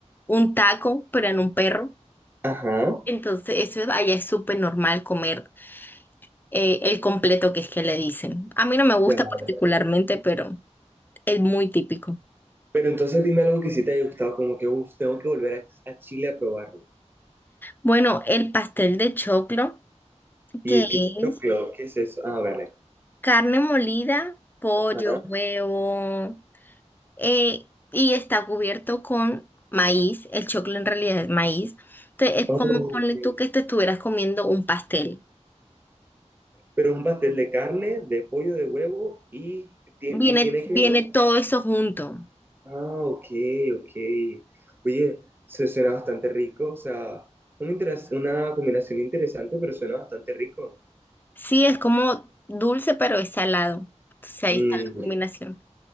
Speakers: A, on the left; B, on the right.
A: un taco, pero en un perro.
B: ajá,
A: Entonces, eso es- allá es súper normal comer eh, el completo que es que le dicen. A mí no me gusta
B: ya.
A: particularmente, pero... Es muy típico.
B: Pero entonces dime algo que sí te haya gustado, como que, uff, tengo que volver a, a Chile a probarlo.
A: Bueno, el pastel de choclo,
B: Y
A: que
B: es que choclo,
A: es
B: ¿qué es eso? Ah, vale.
A: carne molida, pollo,
B: Ajá.
A: huevo, eh, y está cubierto con maíz. El choclo en realidad es maíz. Entonces,
B: Oh,
A: es como ponle
B: ok.
A: tú que te estuvieras comiendo un pastel.
B: Pero es un pastel de carne, de pollo, de huevo y, ti-
A: Viene,
B: y tiene
A: viene
B: queso.
A: todo eso junto.
B: Ah, ok, ok. Oye, se suena bastante rico, o sea, una, interes- una combinación interesante, pero suena bastante rico.
A: Sí, es como dulce, pero es salado. Entonces, ahí
B: Mm,
A: está la combinación.